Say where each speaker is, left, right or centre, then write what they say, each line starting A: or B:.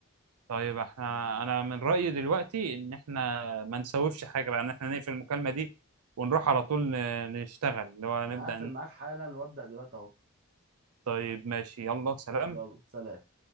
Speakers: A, on the right; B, on the right.
A: طيب احنا انا من رأيي دلوقتي ان احنا ما نسوفش حاجة بقى ان احنا نقفل المكالمة دي ونروح على طول ن- نشتغل اللي هو
B: انا
A: نبدأ
B: هقفل
A: ن-
B: معاك حالا وابدا دلوقتي اهو
A: طيب ماشي يلا سلام
B: يلا سلام